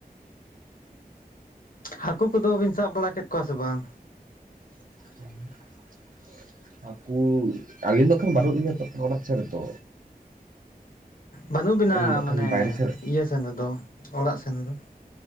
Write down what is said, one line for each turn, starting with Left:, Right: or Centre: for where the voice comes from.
Left: ᱦᱟᱠᱳ ᱠᱚᱫᱚ ᱵᱤᱱ ᱥᱟᱵ ᱠᱮᱫ ᱠᱚᱣᱟ ᱥᱮ ᱵᱟᱝ?
Right: <unintelligible> ᱦᱟᱹᱠᱩ ᱟᱹᱞᱤᱧ ᱫᱚ ᱠᱷᱟᱱ ᱵᱟᱹᱱᱩᱜ ᱞᱤᱧᱟ ᱦᱟᱛ ᱚᱲᱟᱜ ᱪᱷᱟ ᱨᱮ ᱛᱚ᱾
Left: ᱵᱟᱹᱱᱩᱜ ᱵᱤᱱᱟ
Right: ᱟᱹᱞᱤᱧ ᱫᱚ ᱠᱷᱟᱱ
Left: ᱢᱟᱱᱮ
Right: ᱵᱟᱭᱨᱮ ᱥᱮᱫ
Left: ᱤᱭᱟᱹ ᱥᱮᱱ ᱨᱮᱫᱚ ᱚᱲᱟᱜ ᱥᱮᱱ ᱨᱮᱫᱚ᱾